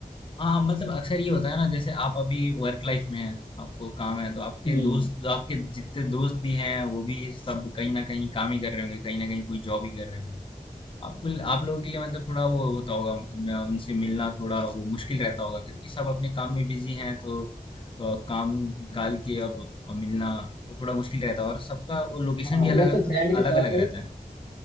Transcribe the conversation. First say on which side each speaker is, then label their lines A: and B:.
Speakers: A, on the left (about 35°); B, on the left (about 80°).
A: हाँ हाँ, मतलब अक्सर ये होता है ना जैसे आप अभी वर्क लाइफ में हैं आपको काम है तो आपके
B: हम्म
A: दोस्त आपके जितने दोस्त भी हैं वो भी सब कहीं ना कहीं काम ही कर रहे होंगे कहीं ना कहीं कोई जॉब ही कर रहे होंगे आपको आप लोगों के लिए मतलब थोड़ा वो होता होगा म, उनसे मिलना थोड़ा वो मुश्किल रहता होगा क्योंकि सब अपने काम में बिजी हैं तो अ, काम काल के अब अब मिलना तो थोड़ा मुश्किल रहता है और सबका वो लोकेशन
B: हाँ
A: भी
B: वैसे
A: अलग
B: फ्रेंड के साथ
A: अलग अलग रहता है